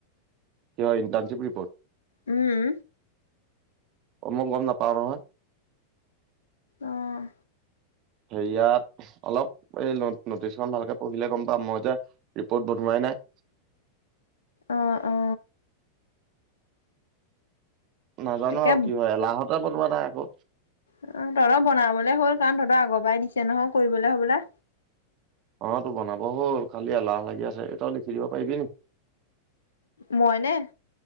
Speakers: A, on the right; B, on the left.
A: কিহৰ ইন্টাৰ্নচিপ ৰিপৰ্ট?
B: উম।
A: অ মই গম নাপাও নহয়।
B: অ',
A: হেৰিয়াত অলপ এই নটিচখন ভালকে পঢ়িলে গম পাম। মই যে ৰিপৰ্ট বনোৱাই নাই।
B: অ অ।
A: নাজানো
B: তাকে
A: আৰু কি হয়। এলাহতে বনোৱা নাই আক'।
B: অ তহঁতৰ বনাবলে হ'ল কাৰণ তহঁতৰ আগৰ পৰাই দিছে নহয় কৰিবলে হবলা।
A: অতো বনাব হ'ল খালি এলাহ লাগি আছে। তই লিখি দিব পাৰিবি নি?
B: মই নে?